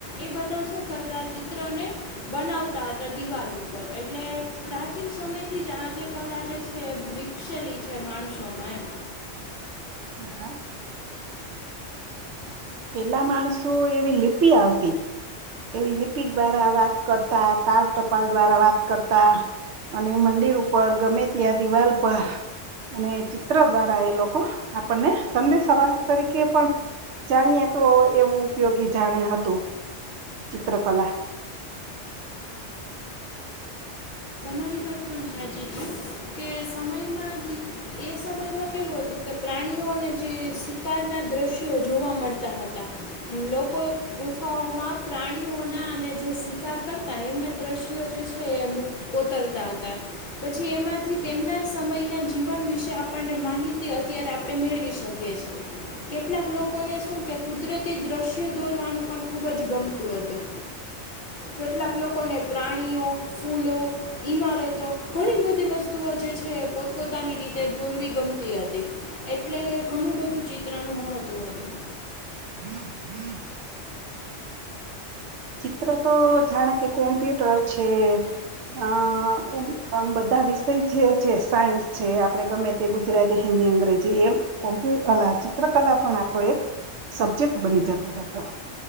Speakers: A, on the left; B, on the right.
A: એ બધા શું કરતા ચિત્રને બનાવતા હતા, દિવાલ ઉપર એટલે પ્રાચીન પ્રીન સમય થી જ, આ જે કલા જે છે. વિકસેલી છે, માણસોમાં એમ
B: હા, હા. પેલા માણસ, તો એવી લિપિ આવતી. એવી લિપિ દ્વારા વાત કરતા, તાળ ટપાલ દ્વારા વાત કરતા. અને મંદિર ઉપર ગમે, ત્યાં દિવાલ પર. અને ચિત્ર દ્વારા, એ લોકો આપણને સંદેશવાહક તરીકે પણ. જાણીએ, તો એવું ઉપયોગી જાણે હતું ચિત્રકલા <inaudible>
A: ચ, કે સમયમાં એ સમયમાં કેવું હતું કે પ્ર પ્રણીઓને જે શિકાર ના દ્રશ્યો જોવા મળતા હતા, લોકો ગુફાઓ પ્રાણીઓના અને જે શિકાર કરતા એમના દ્રશ્યો જે છે એ કોતર હતા, પછી એમાંથી તેમના સમયના જીવન વિશે આપણને માહિતી અત્યારે આપણે મેળવી શકીએ છીએ. કેટલાક લોકોને શું કે કુદરતી દ્રશ્ય દોરવાનું પણ ખૂબ જ ગમતું હતું. કેટલાક લોકોને પ્રાણીઓ, ફૂલો. ઈમારતો ઘણી બધી વસ્તુઓ જે છે પોતપોતાની રીતે દોરવી ગમતી હતી. એટલે ઘણું બધું ચિત્રનું મહત્વ હતું.
B: હમ હમ <inaudible> ચિત્ર તો જાણે કે કોમ્પ્યુટર છે. અ એમ આમ બધા વિષય જે છે સાયન્સ છે આપડે ગમે તે ગુજરાતી હિન્દી અંગ્રેજી એમ કોમ્પ્ય ચિત્રકલા પણ આપણો એક સબ્જેક્ટ બની જતો હતો,